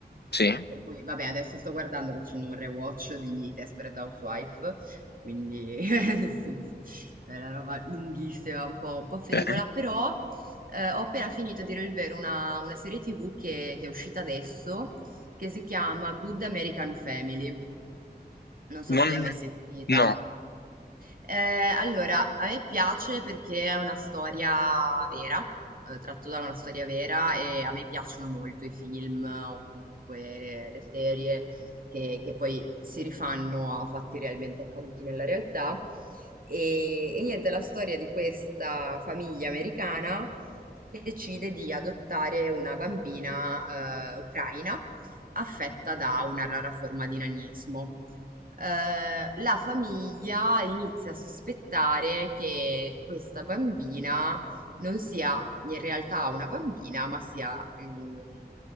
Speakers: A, on the left; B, on the right.
A: Sì,
B: Per cui, vabbè, adesso sto guardando, facendo un rewatch di Desperate Housewife, quindi <laughs> nel senso, è una roba lunghissima, un po', un po' frivola,
A: ok.
B: però eh, ho appena finito, a dire il vero, una, una serie TV che, che è uscita adesso, che si chiama Good American Family. Non so
A: Non...
B: se l'hai mai sentita.
A: No,
B: Eh, allora, a me piace perché è una storia vera, eh, tratto da una storia vera e a me piacciono molto i film o comunque le, le serie che, che poi si rifanno a fatti realmente accaduti nella realtà. E, e niente, è la storia di questa famiglia americana che decide di adottare una bambina, eh, ucraina affetta da una rara forma di nanismo eh, la famiglia inizia a sospettare che questa bambina non sia in realtà una bambina, ma sia mm,